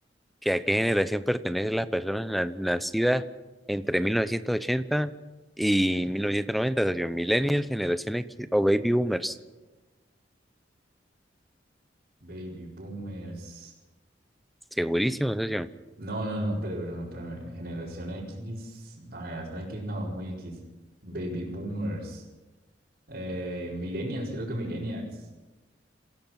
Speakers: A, in the centre; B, on the right.
A: ¿Que a qué generación pertenecen las personas na- nacidas entre 1980 y 1990, socio? ¿Millennials, generación X o baby boomers?
B: Baby boomers.
A: Segurísimo, socio.
B: No, no, no, pero, pero, pero, generación X, no, generación X no, muy X, baby boomers, eh, millennials, creo que millennials.